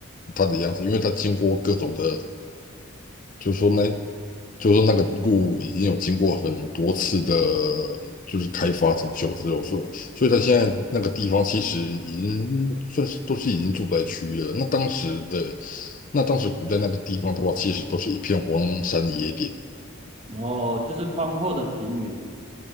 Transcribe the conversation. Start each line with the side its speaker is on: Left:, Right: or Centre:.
Left: 它的样子，因为它经过各种的。就是说那，就是说那个路已经有经过很多次的，就是开发整修之后，所以所以它现在那个地方其实已经算是都是已经住宅区了。那当时的，那当时古代那个地方的话，其实都是一片荒山野岭。
Right: 然后就是宽阔的平原